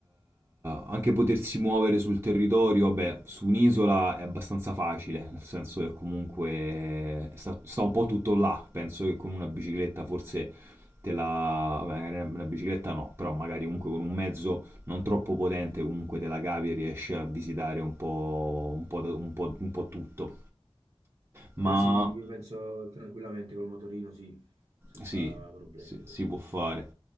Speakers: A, on the right; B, on the right.
A: anche potersi muovere sul territorio, vabbè, su un'isola è abbastanza facile, nel senso che comunque sta, sta un po' tutto là, penso che con una bicicletta forse te la... vabbè, magari una una bicicletta no, però magari comunque con un mezzo non troppo potente, comunque te la cavi e riesci a visitare un po', un po', da- un po', un po' tutto. Ma
B: Ma sì, io penso tranquillamente col motorino, sì, senza
A: sì,
B: problemi
A: si,
B: proprio.
A: si può fare.